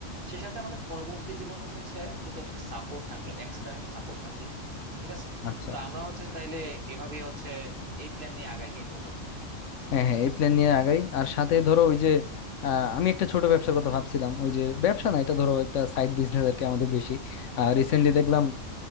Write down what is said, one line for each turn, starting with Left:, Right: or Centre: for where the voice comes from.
Right: সে সাথে আমাদের পরবর্তী জীবনও হচ্ছে কিন্তু একটা সাপোর্ট থাকলো এক্সট্রা একটা সাপোর্ট থাকলো ঠিক আছে
Left: আচ্ছা
Right: তো
Left: আচ্ছা
Right: আমরা হচ্ছে তাইলে এভাবেই হচ্ছে এই প্ল্যান নিয়ে আগাই কি বলো
Left: হ্যাঁ হ্যাঁ এই প্ল্যান নিয়ে আগাই আর সাথে ধরো ওই যে আহ, আমি একটা ছোট ব্যবসার কথা ভাবছিলাম ওই যে ব্যবসা না এটা ধরো একটা সাইড বিজনেস আর কি আমাদের বেশি রিসেন্টলি দেখলাম